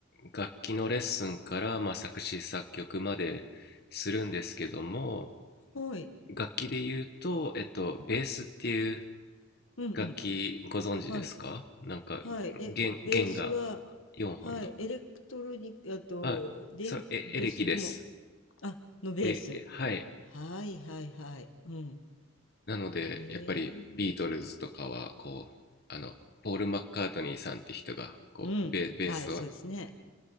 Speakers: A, on the left; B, on the left.
A: 楽器のレッスンから、まあ、作詞作曲までするんですけども
B: い
A: 楽器で言うと、えっと、ベースっていう
B: うんうん
A: 楽器ご存知ですかなんか弦弦が
B: はいはい。え、ベースは、
A: 4本の
B: はい。エレクトロニック、あと、
A: あそれえエレキです
B: 電、どうしてとも、あ、のベース。
A: えはい
B: はいはいはい。うん。
A: なので、
B: へえ。
A: やっぱりビートルズとかは、こう、あの、ポール・マッカートニーさんって人が、こう、
B: うん。
A: ベベースを
B: はい、そうですね。